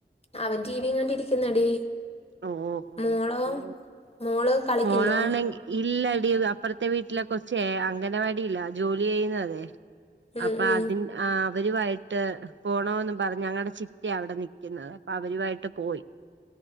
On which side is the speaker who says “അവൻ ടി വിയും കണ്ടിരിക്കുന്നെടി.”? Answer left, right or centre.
Left